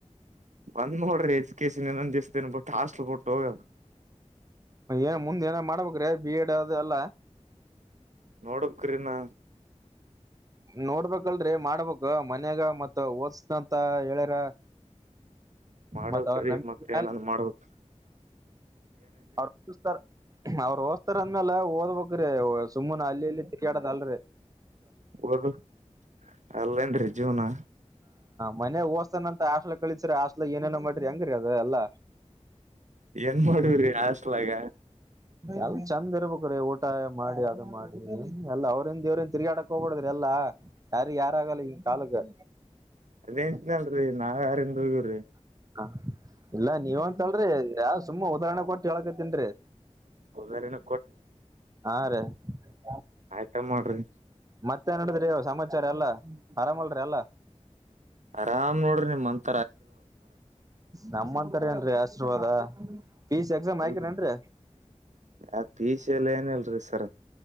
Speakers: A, on the right; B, on the right.
A: ಬಂದ್ ನೋಡ್ರಿ ಎಜುಕೇಶನ್ ಇನ್ನೊಂದಿಸ್ ಬಿಟ್ಟು ಹಾಸ್ಟೆಲ್ ಹೋಗಲ್ಲ
B: ಏನ್ ಮುಂದೆ ಏನು ಮಾಡಬೇಕುರಿ ಬಿ ಎಡ್ ಅದೆಲ್ಲ
A: ನೋಡ್ಬೇಕ್ರಿ ಇನ್ನ
B: ನೋಡ್ಬೇಕಲ್ರರಿ ಮಾಡ್ಬೇಕು ಮನ್ಯಾಗ ಮತ್ ಓದಸನಂತ ಹೇಳ್ಯಾರ.
A: ಮಾಡ್ಬೇಕ್ರಿ
B: ಮತ್ ಅವ್ರ ನಂಬಿಕೆ
A: ಮತ್ತ ಏನನ್ ಮಾಡಬೇಕು
B: ಅರ್ಪಿಸುತ್ತಾರೆ ಅವರು ತೋರಿಸುತ್ತಾರೆ ಅಂದ್ಮೇಲೆ ಓದ್ಬೇಕ್ರೀ ಸುಮ್ನೆ ಅಲ್ಲಿ ಇಲ್ಲಿ ತಿರುಗಾಡದು. ಸ್ಯಾಲರಿ
A: ಓದು ಅಲ್ಲೇನ್ರಿ ಜೀವನ.
B: ಮನೆಗೆ ಓದಿಸನ ಹಾಸ್ಟೆಲ್ ಕಲಿಸಿದರೆಹಾಸ್ಟೆಲ್ ಏನೇನೋ ಮಾಡ್ರಿ ಹೆಂಗರೀ ಅದು ಎಲ್ಲ.
A: ಏನ್ಮಾಡ <unintelligible> ಹಾಸ್ಟೆಲ್ ಹಾಗ
B: ಎಲ್ ಚಂದ ಇರ್ಬೇಕ್ರಿ ಊಟ ಮಾಡಿ ಅದು ಮಾಡಿ ಎಲ್ಲಾ. ಅವ್ರಂದ ಇವ್ರನ್ ತಿರ್ಗಾಡಕ್ ಹೋಗ್ಬಡ್ರಿ ಎಲ್ಲಾ ಯಾರ ಯಾರಾಗಲ್ಲ ಹಿಂಗ ಕಾಲಕ್ಕ.
A: ಅದೇಂತಿನಲ್ರರಿ ನಾವ್ ಯಾರು ಇರು <unintelligible>
B: ಹಾ ಇಲ್ಲ ನೀವ ಅಂತಲ್ರಿ ಯಾವ ಸು ತುಂಬ ಉದಾಹರಣೆ ಕೊಟ್ಟು ಹೇಳಕತಿನ್ರಿ
A: ಉದಾರಿನ
B: ಹಾ ರೀ <unintelligible>
A: ಆಯ್ತ ಮಾಡ್ರಿ
B: ಮತ್ತೇನ್ ನಡದ್ರಿ ಸಮಾಚಾರ ಎಲ್ಲಾ ಆರಾಮಲ್ರಿ ಎಲ್ಲಾ
A: ಆರಾಮ್ ನೋಡ್ರಿ ನಿಮ್ ಮಂತ್
B: ನಮ್ಮಂತರ ಏನ್ರೀ ಆಶೀರ್ವಾದ ಹ್ಮ ಪಿ ಸಿ ಎಕ್ಸಾಮ್
A: ಇಲ್ರಿ
B: ಆಯ್ತನ್ರಿ
A: ಯಾ ಪೀಸ್ ಎಲ್ಲ ಏನಿಲ್ರಿ ಸರ್